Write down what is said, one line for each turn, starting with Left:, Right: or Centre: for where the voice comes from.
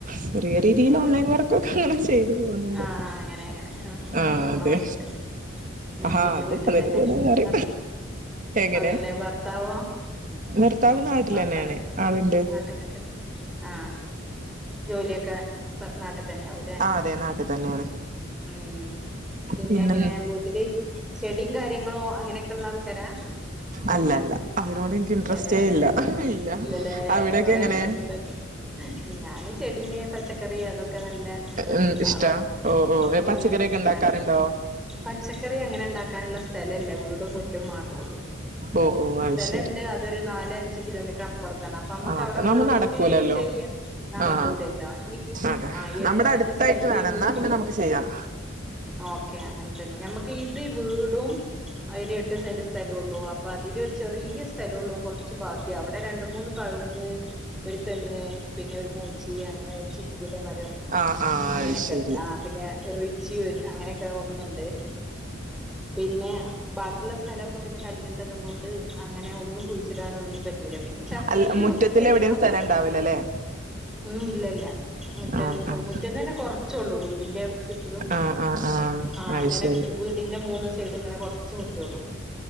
Right: ചെറിയ രീതിയിൽ
Centre: ആഹ്
Right: ഓൺലൈൻ വർക്കൊക്കെ അങ്ങനെ ചെയ്തു പോകുന്നുണ്ട്.
Centre: ആഹ് അങ്ങനെ അങ്ങനെ. ഹം
Right: ആ
Centre: ഞമ്മളെ
Right: അതെ
Centre: മാതിരി തന്നെ. ഉം
Right: ആഹാ
Centre: പിന്നെ
Right: അതും
Centre: വീട്ടിതന്നെ
Right: അതിന്റെ കൂടെ വേറെ
Centre: ഹസ്
Right: എങ്ങനെ
Centre: അതന്നെ ഭർത്താവോ?
Right: ഭർത്താവ് നാട്ടിലെന്നെയാണ്
Centre: ഭർത്ത
Right: ആളുണ്ട്
Centre: നാട്ടില് ഉണ്ട് ആ ജോലിയൊക്കെ? ഭർ നാട്ടിൽ തന്നെ ആകൂല്ലേ
Right: ആ അതെ നാട്ടിൽ തന്നെയാണ്
Centre: ഉം പിന്നെങ്ങനെ
Right: പിന്നെ
Centre: വീ ട്ടില് ചെടിം കാര്യങ്ങളോ അങ്ങനെയൊക്കെള്ള ആൾക്കാരാ.
Right: അല്ല അല്ല അതിനോട് എനിക്ക് ഇൻട്രസ്റ്റേ
Centre: ഇല്ലല്ലേ
Right: ഇല്ല ഇല്ല
Centre: ഇല്ലല്ലേ
Right: അവിടെക്കെ
Centre: കൊറേ
Right: എങ്ങനെ?
Centre: ആൾക്കാരുണ്ടങ്ങ് ഞാന് ചെടിനെ പച്ചക്കറി അതൊക്കെ നല്ല ഇൻട്രസ്റ്റ്ള്ള
Right: ഉം ഇഷ്ടാ
Centre: ആളാ
Right: ഓ ഓ
Centre: ഉം
Right: പച്ചക്കറിയൊക്കെ ഉണ്ടാക്കാറുണ്ടോ
Centre: ഞാൻ പച്ചക്കറി അങ്ങനെണ്ട ക്കാനുള്ള സ്ഥലല്ല വീടും മുറ്റും മാത്രേ ഉള്ളൂ.
Right: ഓ ഓ ആയിശ്.
Centre: പിന്നെണ്ട് അതോരു നാല് അഞ്ച് കിലോമീറ്റർ അപ്പുറ ത്താണ് അപ്പൊ നമ്മുക്ക്
Right: ആ
Centre: അവിടെ
Right: നമ്മ
Centre: പോയിറ്റ്
Right: നടക്കൂലല്ലോ
Centre: ചെയ്യാം നടക്കൂലല്ലോ
Right: ആ
Centre: ഈ
Right: അതെ
Centre: ആ ഈ എട്ട്
Right: നമ്മുടെ
Centre: സെന്റ്
Right: അടുത്തായിട്ട്
Centre: സ്ഥലത്ത്
Right: വേണം
Centre: ഈ വീടും.
Right: എന്നാ പിന്നെ നമുക്ക് ചെയ്യാം
Centre: ഓക്കെ അങ്ങനതന്നെ ഞമ്മക്ക് ഇത് വീടും അയ്ൽ എട്ട് സെന്റ് സ്ഥലള്ളൂ അപ്പൊ അതിൽ ഒരു ചെറിയ സ്ഥലള്ളൂ കുറച്ച് ബാക്കി അവിടെ രണ്ട് മൂന്ന് കഴുങ് ഒരു തെങ് പിന്നെ ഒരു മൂച്ചി അങ്ങനെ ഒരു ചിക്കുന്റെ മരം
Right: ആഹ് ആഹ്
Centre: അങ്ങനെയൊക്കെ
Right: അത് ശരി
Centre: ഉണ്ട് ആ പിന്നെ റിച്ചി അങ്ങനെയൊക്കെ ഒന്നുണ്ട് പിന്നെ. ബാക്കിയുള്ള സ്ഥലമൊക്കെ പിന്നെ കല്ലിട്ടതും കൊണ്ട് അങ്ങനെ ഒന്നും കുഴിച്ചിടാൻ ഒന്നിനും പ റ്റൂല പിന്നെ ചട്ടിയില്
Right: അല്ല മുറ്റത്തിൽ
Centre: കുറച്ച് ചെടികളൊക്കെ
Right: എവിടെയും സ്ഥലം ഉണ്ടാവില്ലല്ലേ
Centre: ഉം ഇല്ലല്ല. മുറ്റൻ
Right: ആഹ് ആഹ്
Centre: മുറ്റൻ തന്നെ കുറച്ചോള്ളൂ വീടിന്റെ ചുറ്റിനും
Right: ആഹ് ആഹ് ആഹ്
Centre: ആ
Right: അത്
Centre: അങ്ങനെ
Right: ശരി
Centre: വീ ടിന്റെ മൂന്ന് സൈഡ് ങ്ങനെ കുറച്ച് മുറ്റൊള്ളൂ